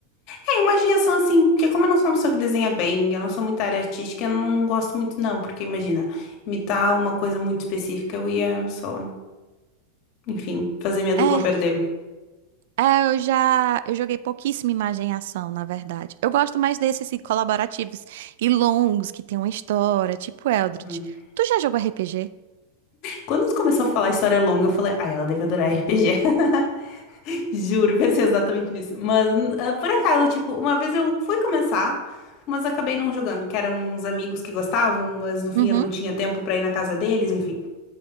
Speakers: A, on the left; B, on the right.
A: É, imaginação assim, porque como eu não sou uma pessoa que desenha bem, eu não sou muito da área artística, eu não, não gosto muito não, porque imagina, imitar uma coisa muito específica, eu ia só, enfim, fazer minha dupla
B: É,
A: perder.
B: é, eu já, eu joguei pouquíssima imagem-ação, na verdade. Eu gosto mais desses assim, colaborativos e longos que tem uma história, tipo Eldritch.
A: Hum.
B: Tu já jogou RPG?
A: Quando tu começou a falar história longa, eu falei, ah, ela deve adorar RPG. <laughs> Juro, pensei exatamente nisso. Mas, ah, por acaso, tipo, uma vez eu fui começar, mas acabei não jogando, que eram uns amigos que gostavam, mas no fim
B: Uhum.
A: eu não tinha tempo pra ir na casa deles, enfim.